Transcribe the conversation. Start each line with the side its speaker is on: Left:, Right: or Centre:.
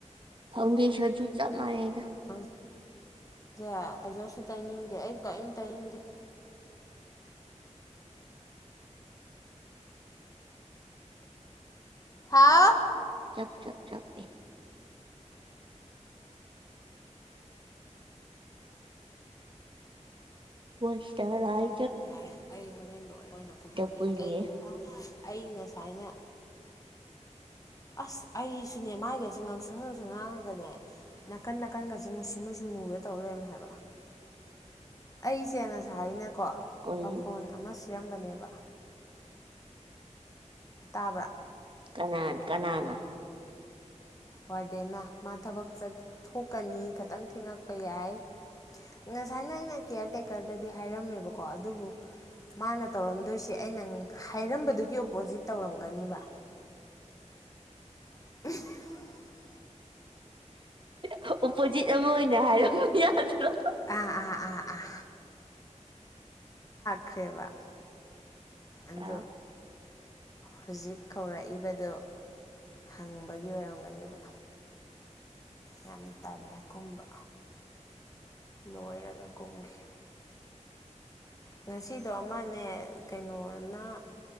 Right: ꯐꯥꯎꯗꯦꯁꯟꯁꯨ ꯆꯞ ꯃꯥꯅꯩ
Left: ꯑ ꯀꯌꯥ ꯑꯣꯖꯔꯁꯨ ꯇꯩꯅꯤꯡꯗꯦ ꯑꯩ ꯀꯔꯤꯝ ꯇꯩꯅꯤꯡꯗꯦ ꯍꯥꯎ
Right: ꯆꯞ ꯆꯞ ꯆꯞ ꯃꯣꯏꯁꯇꯨꯔꯥꯏ
Left: ꯌꯥꯔꯦ ꯑꯩ ꯍꯣꯔꯦꯟ ꯂꯣꯏꯔ ꯑꯣꯏꯅ ꯀꯨꯝꯃꯒꯦ
Right: ꯀꯨꯏꯔꯦ
Left: ꯑꯩ ꯑꯩ ꯉꯁꯥꯏꯅ ꯑꯁ ꯑꯩꯁꯨꯅꯦ ꯃꯥꯏꯒꯁꯤ ꯉꯥꯡꯁꯪ ꯉꯥꯡꯁꯪ ꯉꯥꯡꯉꯒꯅꯦ ꯅꯥꯀꯟ ꯅꯥꯀꯟꯒꯁꯦ ꯃꯨꯁꯤ ꯃꯨꯁꯤ ꯃꯨꯔ ꯇꯧ ꯂꯩꯔꯝꯃ‌ꯦ ꯍꯥꯏꯕ ꯑꯩꯁꯦ ꯉꯁꯥꯏꯅ ꯀꯣ
Right: ꯑꯣꯏ
Left: ꯄꯥꯈꯣꯟ ꯑꯃ ꯁꯤꯔꯝꯕꯅꯦꯕ ꯕ ꯇꯥꯕ꯭ꯔꯥ
Right: ꯀꯅꯥꯥꯟ ꯀꯅꯥꯅ
Left: ꯋꯥꯔꯗꯦꯟꯅ ꯃꯥ ꯊꯕꯛ ꯆꯠꯊꯣꯛꯀꯅꯤ ꯈꯤꯇꯪ ꯊꯦꯡꯉꯛꯄ ꯌꯥꯏ ꯉꯁꯥꯏꯅ ꯑꯩꯅ ꯀꯦꯌꯔ ꯇꯦꯛꯀꯔꯗꯗꯤ ꯍꯥꯏꯔꯝꯃꯦꯕꯀꯣ ꯑꯗꯨꯕꯨ ꯃꯥꯅ ꯇꯧꯔꯝꯗꯣꯏꯁꯦ ꯑꯩꯅ ꯍꯥꯏꯔꯝꯕꯗꯨꯒꯤ ꯑꯣꯄꯣꯖꯤꯠ ꯇꯧꯔꯝꯒꯅꯤꯕ ꯑ꯭ꯍꯨꯡ
Right: ꯑꯣꯄꯣꯖꯤꯠ ꯑꯃ ꯑꯣꯏꯅ ꯍꯥꯏꯔꯣ <unintelligible>
Left: ꯑꯥ ꯑꯥ ꯑꯥ ꯑꯥ ꯈ꯭ꯔꯦꯕ ꯑꯗꯣ
Right: ꯑ
Left: ꯍꯧꯖꯤꯛ ꯀꯧꯔꯛꯏꯕꯗꯨ ꯍꯪꯕꯒꯤ ꯑꯣꯏꯔꯝꯒꯅꯦꯕ ꯌꯥꯝ ꯇꯜꯂꯦ ꯀꯨꯝꯕ ꯂꯣꯏꯔꯒ ꯀꯨꯝꯒ‌ꯦ ꯉꯁꯤꯗꯣ ꯑꯃꯅꯦ ꯀꯩꯅꯣꯅ